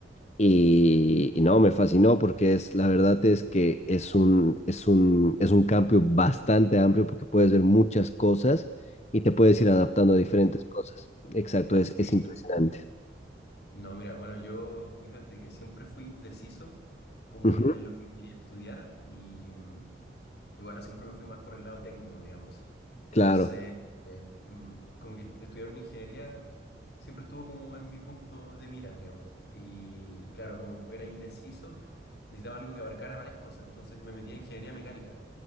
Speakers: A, on the left; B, on the left.
A: Y, y no, me fascinó porque es, la verdad es que es un, es un, es un cambio bastante amplio porque puedes ver muchas cosas y te puedes ir adaptando a diferentes
B: lógico.
A: cosas. Exacto, es,
B: Sí,
A: es impresionante.
B: No, mira, bueno, yo fíjate que siempre fui indeciso como
A: Ujú,
B: en, en lo que quería estudiar y, mm, y bueno, siempre me fui más por el lado técnico, digamos.
A: claro.
B: Entonces, eh, mm, como que estudiar una ingeniería siempre estuvo como en mi punto de mira, digamos. Y claro, como era indeciso, necesitaba algo que abarcara varias cosas, entonces me metí a ingeniería mecánica.